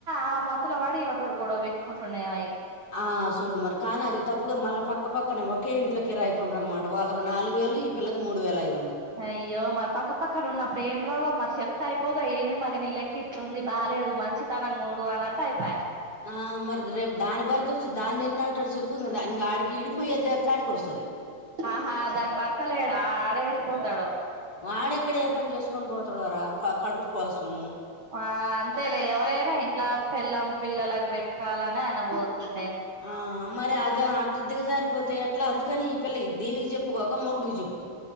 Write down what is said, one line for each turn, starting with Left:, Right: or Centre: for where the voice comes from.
Right: ఆ మత్తులో పడి మా తోడు గొడవ పెట్టుకుంటుండేగ
Left: ఆ చూడు మరి కానీ అది తప్పుగా మళ్ళా పక్క పక్కనే ఒకే ఇంట్లోకి రాయికుండ అనమాట వాళ్ళది నాలుగు వే ఈల్లు ఈ పిల్లది మూడు వేలయిది
Right: అయ్యో మరి పక్క పక్క ఉన్నప్పుడు ఏం మరి చెప్తే అయిపోగా ఏంది మరి నీ లెక్క ఇట్టుంది బాలేదు మంచితనంగా ఉండు అని అంటే అయిపాయ్
Left: ఆ మరి రేపు దాని భర్త వచ్చి దాన్ని ఎన్ని అంటాడు చెప్పు ఇం ఇంగ ఆడికి ఇడిపోయేది కాడికి వస్తది
Right: ఆహా దాని భర్త లేడా ఆడ హడికి పోతాడు
Left: వాడెక్కడ ఏ పని చేసుకొని పోతాడోరా కడుపు కోసం
Right: ఆ అంతేలే ఎవరైనా ఇంట్లా పెళ్లం పిల్లలకి పెట్టుకోవాలని ఆయన పోతుం
Left: ఆ మరి అది అట్ దిగజారిపోతా ఎట్లా అందు కానీ ఈ పిల్ల దీనికి చెప్పుకోక మొగుడికి చెప్పు